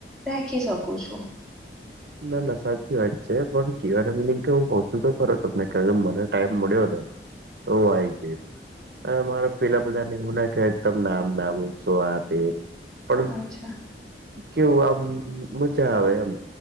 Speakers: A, in the centre; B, on the right.
A: રાખી શકું છું.
B: ના ના સાચી વાત છે પણ કેવાનો મિનિંગ કે હું કૂહ છું તો ખરો તમને કે કે મને ટાઈમ મળ્યો ને તો આય છે. અને મારે પેલા બધાને એવું નાખ એકદમ નામ નાવ શો આ તે પણ
A: હ અચ્છા
B: કેવું આમ મજા આવે એમ